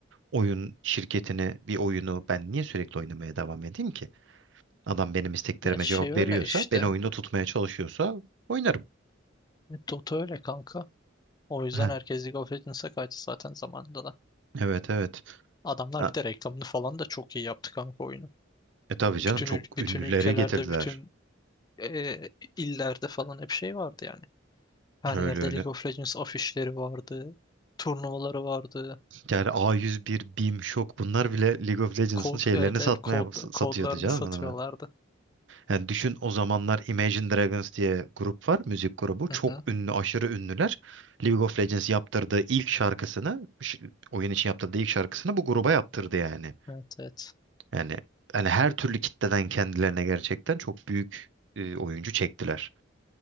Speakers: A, on the right; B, on the left.
A: oyun şirketini, bir oyunu ben niye sürekli oynamaya devam edeyim ki? Adam benim isteklerime
B: Ya şey
A: cevap
B: öyle
A: veriyorsa,
B: işte.
A: beni oyunda tutmaya çalışıyorsa oynarım.
B: Dota öyle kanka. O yüzden
A: Heh,
B: herkes League of Legends'a kaçtı zaten zamanında da.
A: evet evet.
B: Adamlar
A: Ha,
B: bir de reklamını falan da çok iyi yaptı kanka oyunu.
A: e tabii
B: Bütün
A: canım çok
B: ül- bütün
A: ünlülere
B: ülkelerde,
A: getirdiler.
B: bütün e, illerde falan hep şey vardı yani. Her
A: Öyle
B: yerde
A: öyle.
B: League of Legends afişleri vardı. Turnuvaları vardı.
A: Yani a yüz bir, BIM, Shock bunlar bile League of Legends'ın
B: Kod,
A: şeylerini
B: evet
A: satmaya
B: evet kod,
A: satıyordu
B: kodlarını
A: canım
B: satıyorlardı.
A: adamlar. Yani düşün o zamanlar Imagine Dragons diye grup var, müzik grubu.
B: Hı
A: Çok
B: hı.
A: ünlü, aşırı ünlüler. League of Legends yaptırdığı ilk şarkısını, ş- oyun için yaptırdığı ilk şarkısını bu gruba yaptırdı yani.
B: Evet evet.
A: Yani hani her türlü kitleden kendilerine gerçekten çok büyük e, oyuncu çektiler.